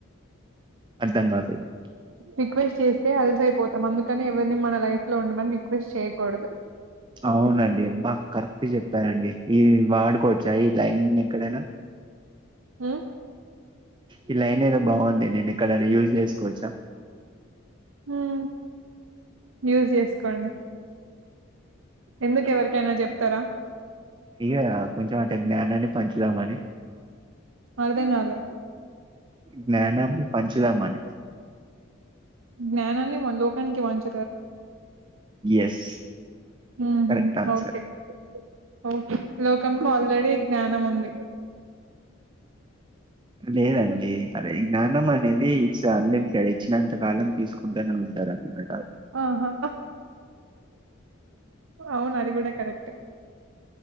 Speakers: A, on the right; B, on the right.
A: అర్థం కాలేదు
B: రిక్వెస్ట్ చేస్తే అలుసైపోతాం అందుకని ఎవరిని మన లైఫ్ లో ఉండమని రిక్వెస్ట్ చేయకూడదు
A: అవునండి అబ్బ కరెక్ట్ చెప్పారండి ఈ వాడు కొ చాయి తాగిందెక్కడైన
B: హ్మ్
A: ఈ లైనేదో బాగుంది నేను ఎక్కడైనా యూజ్ చేసుకోవచ్చా
B: హ్మ్ యూస్ చేసుకోండి ఎందుకు ఎవరికైనా చెప్తారా
A: యా కొంచెం అట్ట జ్ఞానాన్ని పంచుదామని
B: అర్థం కాలే
A: జ్ఞానాన్ని పంచుదామని
B: జ్ఞానాన్ని మన లోకానికి పంచి
A: ఎస్
B: ఊహూ
A: కరెక్ట్ ఆన్సర్.
B: ఓకేఓకే లోకంకి ఆల్రెడీ జ్ఞానం ఉంది
A: లేదండి అదే జ్ఞానం అనేది ఇస్ అన్లిమిటెడ్ ఇచ్చినంత కాలం తీసుకుంటానే ఉం టారన్నమాట
B: ఆహా అవును అది కూడా కరెక్టే